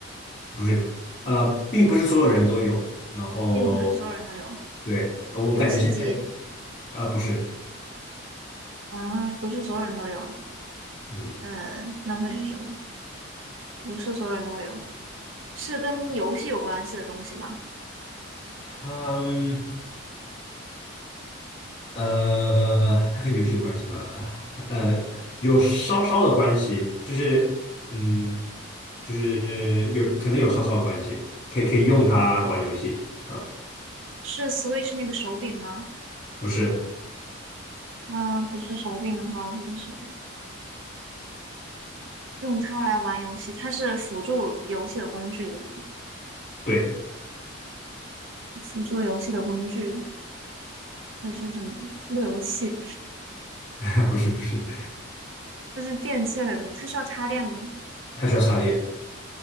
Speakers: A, on the left (about 35°); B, on the right (about 70°).
A: 不是，呃，并不是所有人都有，然后
B: 并不是所有人都有。
A: 对，我感觉现在
B: 游戏机
A: 啊、不是，
B: 啊，不是所有人都有。
A: 嗯，
B: 嗯，那会是什么？不是所有人都会有。是跟游戏有关系的东西吗？
A: 它。嗯呃，它跟游戏有关系吗？啊，它呃有稍稍的关系，就是嗯，就是有可能有稍稍的关系，可以可以用它玩游戏啊，
B: 是 Switch 那个手柄吗？
A: 不是，
B: 啊，不是手柄的话，会是什么？用它来玩游戏，它是辅助游戏的工具，对吧？
A: 对，
B: 辅助游戏的工具会是什么？路由器，
A: <laughs> 不是不是，
B: 这是电器类的，它需要插电吗？
A: 它需要插电，